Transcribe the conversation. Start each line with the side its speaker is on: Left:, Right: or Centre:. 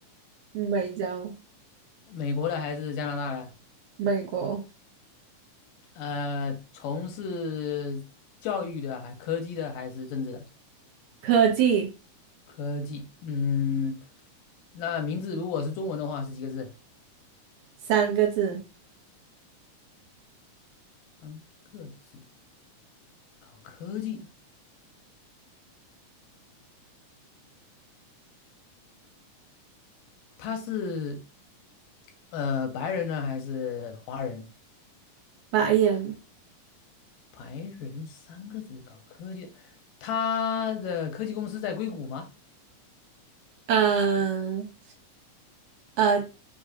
Right: 美洲，
Left: 美国的还是加拿大的？
Right: 美国，
Left: 呃，从事教育的，还科技的，还是政治的？
Right: 科技
Left: 科技，嗯，那名字如果是中文的话是几个字？
Right: 三个字，
Left: 三个字，搞科技的。他是呃白人呢还是华人？
Right: 白人，
Left: 白人三个字搞科技，他的科技公司在硅谷吗？
Right: 嗯、呃。